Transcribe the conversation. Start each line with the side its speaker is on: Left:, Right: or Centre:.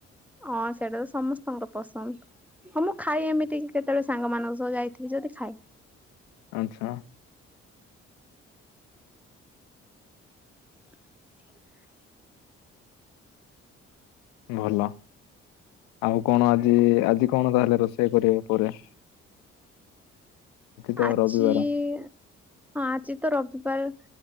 Centre: ହଁ ସେଇଟା ତ ସମସ୍ତଙ୍କର ପସନ୍ଦ। ହଁ ମୁଁ ଖାଏ ଏମିତି କି କେତେବେଳେ ସାଙ୍ଗମାନଙ୍କ ସହ ଯାଇଥିବି ଯଦି ଖାଏ।
Left: ଆଚ୍ଛା।
Centre: ହ।
Left: ଭଲ। ଆଉ କଣ ଆଜି ଆଜି କଣ ତାହେଲେ ରୋଷେଇ କରିବ ପରେ? ତ
Centre: ଆଜି
Left: ରବିବାର
Centre: <unintelligible> ଆଜି ତ ରବିବାର